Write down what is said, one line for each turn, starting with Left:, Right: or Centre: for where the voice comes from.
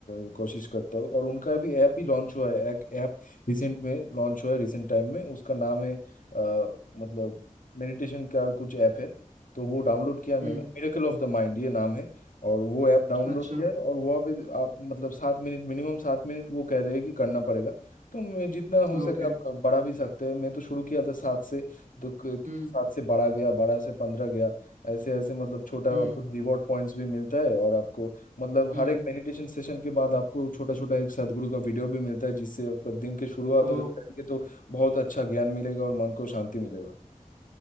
Left: अ, कोशिश करता हूँ और उनका भी ऐप ही लॉन्च हुआ है एक ऐप रिसेंट में लॉन्च हुआ है रिसेंट टाइम में उसका नाम है अ, मतलब मेडिटेशन का कुछ ऐप है तो वो डाउनलोड किया
Right: hmm
Left: मैंने मिरेकल ऑफ द माइंड ये नाम है और वो ऐप डाउनलोड
Right: अच्छा
Left: किया है और वहाँ पे आप मतलब सात मिनट मिनिमम सात मिनट वो कह रहे हैं कि करना पड़ेगा तो मैं जितना हो सके
Right: ओके
Left: आप बड़ा भी सकते हैं मैं तो शुरू किया था सात से तो क-
Right: हम्म
Left: क- सात से बारह गया बारह से पंद्रह गया ऐसे ऐसे मतलब छोटा
Right: हम्म
Left: आपको रिवॉर्ड पॉइंट्स भी मिलता है और आपको मतलब
Right: हम्म
Left: हर एक मेडिटेशन सेशन के बाद आपको छोटा छोटा एक सदगुरु का वीडियो भी मिलता है जिससे आपका दिन की शुरुआत
Right: ओ
Left: अगर करेंगे तो बहुत अच्छा ज्ञान मिलेगा और मन को शांति मिलेगा